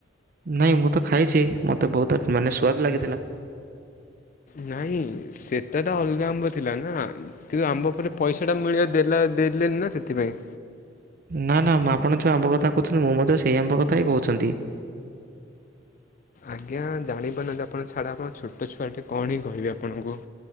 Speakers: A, on the right; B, on the left.
A: ନାଇଁ ମୁଁ ତ ଖାଇଛି ମତେ ବହୁତ ମାନେ ସୁଆଦ ଲାଗିଥିଲା।
B: ନାଇଁ ସେଟା ତ ଅଲଗା ଆମ୍ବ ଥିଲା ନା କିନ୍ତୁ ଆମ୍ବ ପରେ ପଇସାଟା ମିଳିବ ଦେଲା ଦେଲେନି ନା ସେଥିପାଇଁ
A: ନା ନା ଆପଣ ଯୋଉ ଆମ୍ବ କଥା କହୁଛନ୍ତି ମୁଁ ମଧ୍ୟ ସେଇ ଆମ୍ବ କଥା ହିଁ କହୁଛନ୍ତି।
B: ଆଜ୍ଞା ଜାଣିପାରୁନାହାଁନ୍ତି ଆପଣ ଛାଡ ଆପଣ ଛୋଟ ଛୁଆଟେ କଣ ହିଁ କହିବି ଆପଣଙ୍କୁ